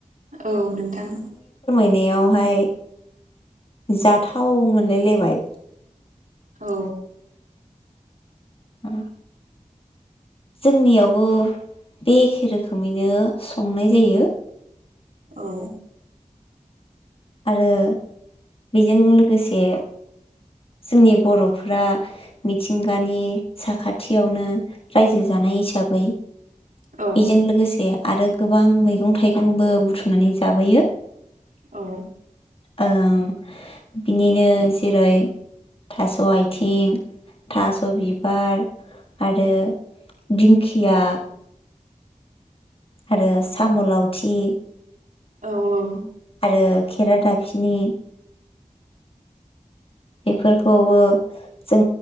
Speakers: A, on the right; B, on the left.
A: औ नोंथां
B: नेयावहाय जाथाव मोन नलायबाय
A: औ
B: ओ जोंनियावबो बे एखे रोखोमैनो संनाय जायो
A: औ
B: आरो बेजों लोगोसे जोंनि बरफोरा मिथिंगानि साखाथियावनो रायजो जानाय हिसाबै
A: औ
B: बेजों लोगोसे आरो गोबां मैगं थाइगंबो बुथुमनानै जाबोयो
A: औ
B: ओं बिनिनो जेरै थास आथिं थास बिबार आरो दिंखिया आरो साम लावथि
A: औ औ
B: आरो खेरा दाबसिनि बेफोरखौबो जों